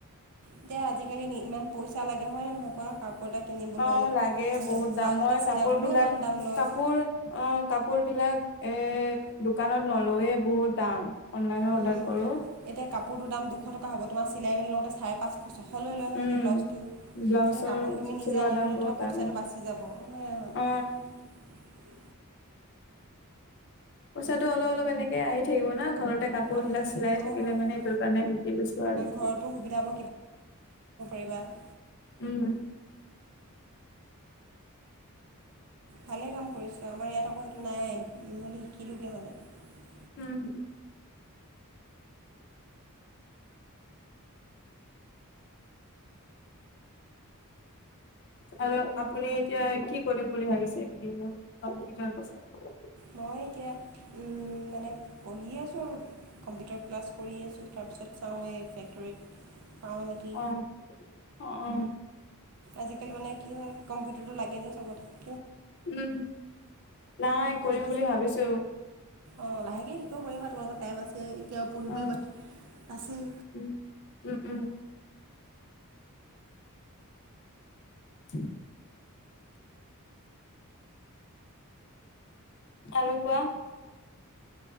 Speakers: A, on the right; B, on the left.
A: এতিয়া আজিকালি ইমান পইচা লাগে হয় নহয় কও কাপোৰ',। এটা কিনিবলৈ
B: অ', লাগে
A: মানে
B: বহুত
A: ব্লাউজ
B: দাম, মই
A: এটা চিলাবলৈও
B: কাপোৰ বিলাক
A: ইমান দাম লয়
B: কাপোৰ অ কাপোৰ বিলাক',। এ', দোকানত নলয়ে বহুত দাম',। অনলাইনৰ
A: উম,
B: অৰ্ডাৰ কৰোঁ',।
A: এতিয়া কাপোৰটোৰ দাম দুশ টকা হ'ব তোমাৰ চিলাই মেলিই ত চাৰে পাঁচশ ছশ লৈ লয় নহয়
B: উম,
A: সিহঁতে ব্লাউজটো,।
B: ব্লাউজৰ
A: কাপোৰ তুমি নিজে
B: চিলোৱা
A: আনিললে
B: দাম বহুত
A: তোমাৰ
B: দামে
A: পইচাটো বাছি যাব, হয়',।
B: অ', পইচাটো অলপ অলপ এনেকে আহি থাকিব না ঘৰত',। এটা কাপোৰ
A: অঁ
B: বিলাক
A: সেইটোৱে
B: চিলাই
A: অঁ
B: থাকিলে মানে সেইটোৰ কাৰণে শিকি লৈছোঁ আৰু', ্
A: ঘৰতো সুবিধা হ'ব কিবা', ্
B: উম',
A: ভালে কাম কৰিছে আমাৰ ইয়াত আকৌ সেইটো নাই, নহ'লে শিকিলোঁগে হ'লে ',্
B: উম', আৰু আপুনি এতিয়া, কি কৰিম বুলি ভাবিছে একেই দিন? <unintelligible>
A: মই এতিয়া উম মানে পঢ়িয়ে আছোঁ আৰু কম্পিউটাৰ ক্লাছ কৰি আছোঁ তাৰপিছত চাওঁ এই ফেক্টৰীত পাওঁ নেকি।
B: আহ অ অ
A: আজিকালি মানে কি হয় কম্পিউটাৰটো লাগে যে চবত
B: উম নাই কৰিম
A: শিকি
B: বুলি ভাবিছো
A: অ লাহেকে শিকিব পাৰা তোমালোকৰ টাইম আছে। এতিয়াও পঢ়িবলৈ
B: উ
A: বাকী আছেই।
B: উম উম উম। <unintelligible> আৰু কোৱা।